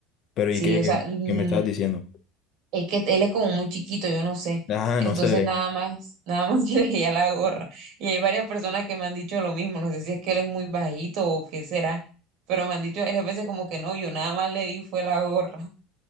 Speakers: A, on the left; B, on the right.
A: Pero
B: sí,
A: ¿y qué,
B: o
A: qué,
B: sea, mm,
A: qué me estabas diciendo?
B: es que él es como muy chiquito, yo no sé.
A: Ah,
B: Entonces
A: no sé.
B: nada más, nada más <laughs> quiere que le ya la gorra. Y hay varias personas que me han dicho lo mismo. No sé si es que él es muy bajito o qué será, pero me han dicho varias veces como que no, yo nada más le di fue la gorra.